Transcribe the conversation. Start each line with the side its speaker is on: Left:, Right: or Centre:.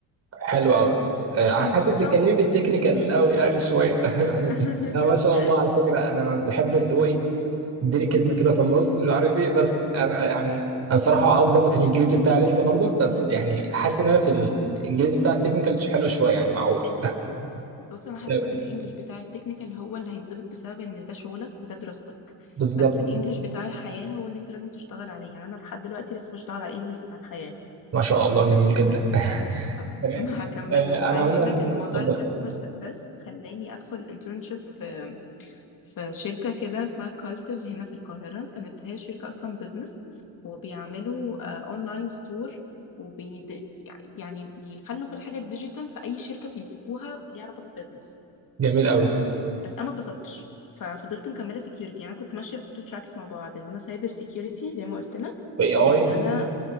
Right: حلو قوي آه
Left: دي كانت
Right: حاسس
Left: فترة
Right: بتتكلمي
Left: و...
Right: بالتكنيكال قوي يعني شويه <laughs> يعني
Left: <laughs>
Right: انا ما شاء الله على فكره انا بحب اللي هو ايه اديني كلمه كده في النص مش عارف ايه بس انا يعني انا صراحه عاوز اظبط الانجليزي بتاعي لسه برضك بس يعني حاسس ان انا في الانجليزي بتاع التكنيكال حلو شويه يعني معقول
Left: بص انا حاسه
Right: تمام.
Left: ان الانجليش بتاع التكنيكال هو اللي هيتظبط بسبب ان ده شغلك وده دراستك
Right: بالظبط
Left: بس الانجليش بتاع الحياه هو اللي انت لازم تشتغل عليه يعني انا لحد دلوقتي لسه بشتغل على الانجليش بتاع الحياه
Right: ما شاء الله جميل جدا <laughs>
Left: أب-
Right: تمام
Left: <laughs> هكمل
Right: آه،
Left: لك
Right: انا
Left: عايزه
Right: عموما
Left: اقول لك ان موضوع
Right: اتفضل
Left: الكاستمر سكسس خلاني ادخل انترنشيب في في شركه كده اسمها كالتيف هنا في القاهره كانت هي شركه اصلا بزنس وبيعملوا اونلاين ستور وبي يعني يخلوا كل حاجه ديجيتال في اي شركه بيمسكوها ليها علاقه بالبزنس
Right: جميل قوي
Left: بس انا ما اتبسطتش ففضلت مكمله سكيورتي يعني انا كنت ماشيه في التو تراكس مع بعض ان انا سايبر سكيورتي زي ما قلت لك
Right: واي اي
Left: وان انا